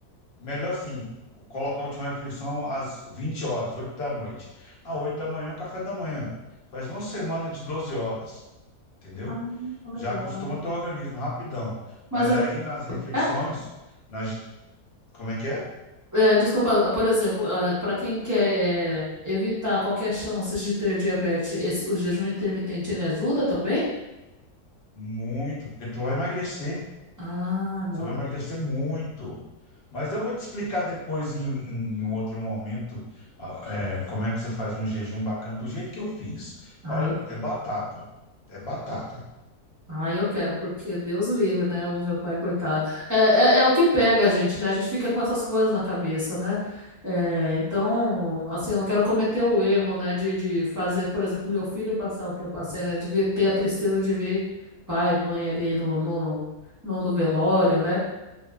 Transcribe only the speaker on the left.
Melhor assim, colocar a última refeição às 20 horas, 8 da noite. À 8 da manhã, é o café da manhã. Faz uma semana de 12 horas, entendeu?
Já
acostuma teu organismo rapidão.
Mas
aí nas refeições,
nas... como é que é?
Muito, porque tu vai emagrecer.
Você vai emagrecer muito. Mas eu vou te explicar depois, em, em- em um outro momento, a- é, como é que você faz um jejum bacana, do jeito que eu fiz.
Olha,
é batata. É batata.